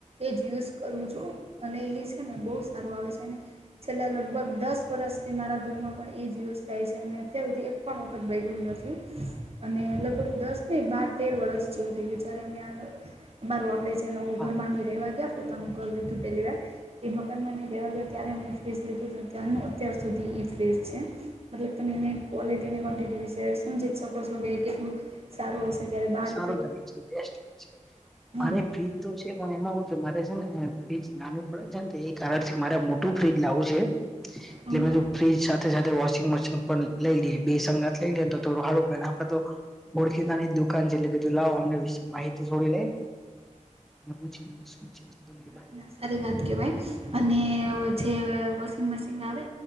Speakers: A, on the right (about 50°); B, in the centre.
A: એ જ યુઝ કરું છું અને એ છે ને બહુ સારું આવે છે અને છેલ્લા લગભગ દસ વર્ષથી મારા ઘરમાં પણ એ જ યુઝ થાય છે. અને અત્યાર સુધી એક પણ વખત બગડ્યું નથી અને લગભગ દસ ને બાર તેર વરષ <unintelligible> વિચારોને આગળ મારું આપડે જે નવું
B: હા.
A: ઘર માંને તેના આગળ પોતાનું ઘર લીધું પહેલા એ મકાનમાં અમેં રેવા ગયા ત્યારનુ એ ફ્રીઝ લીધું ત્યાંનું અત્યાર સુધી એ ફ્રીઝ છે. મતલબ તમે એને ક્વોલિટીને ક્વોન્ટિટી વિશે સમજી જ શકો છો એ કે કેટલું સારું હશે ત્યાર બાદ
B: એ કંપની છે બેસ્ટ હોઇ છે
A: હં
B: <unintelligible> પણ એમાં મારે છે ને ફ્રીજ નાનું પડે છેને એ કારણ મારે મોટું ફ્રીજ લાવું છે. એટલે
A: હં
B: મે ફ્રીજ સાથે સાથે વોશિંગ મશીન પણ લઈ લઈએ બે સંગાત લઈ લઈ તો થોડું હારું આપે તો ઓળખી તાની દુકાન છે એટલે બીધું લાવો અમને વિશે માહિતી થોડી લે પૂછી <unintelligible> <unintelligible>
A: ના ના સારી વાત કેવાય અને જે વોશિંગ મશીન આવે